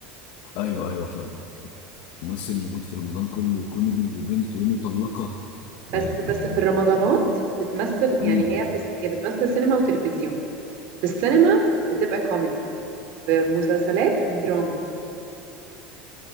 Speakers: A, on the left (about 70°); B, on the right (about 60°).
A: ايوه ايوه فاهم ممثل موجود في رمضان كله كوميدي وبنت ومطلقة
B: بس
A: طيب
B: بس
A: ايه؟
B: في الرمضانات بتمثل يعني
A: مم.
B: هي في الس- هي بتمثل سينما وتلفزيون في السينما بتبقى كوميدي في مسلسلات دراما